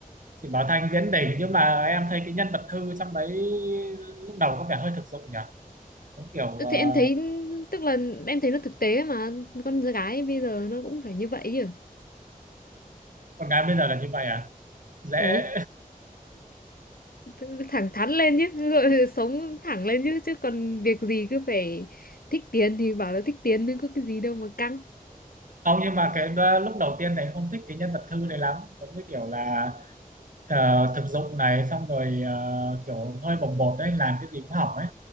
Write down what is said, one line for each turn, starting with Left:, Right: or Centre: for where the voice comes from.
Right: chị Bảo Thanh diễn đỉnh nhưng mà em thấy cái nhân vật Thư trong đấy lúc đầu có vẻ hơi thực dụng nhỉ giống kiểu
Left: Ừ,
Right: ờ,
Left: Thì em thấy tức là em thấy nó thực tế mà con gái bây giờ nó cũng phải như vậy chứ.
Right: con gái bây giờ là như vậy à dễ
Left: Ừ, tức- thẳng thắn lên chứ, <laughs> rồi sống thẳng lên chứ chứ còn việc gì cứ phải thích tiền thì bảo là thích tiền nhưng có cái gì đâu mà căng.
Right: <laughs> không nhưng mà cái đo- lúc đầu tiên này không thích cái nhân vật Thư này lắm giống như kiểu là ờ, thực dụng này xong rồi ờ, kiểu hơi bồng bột đấy làm cái gì cũng hỏng ấy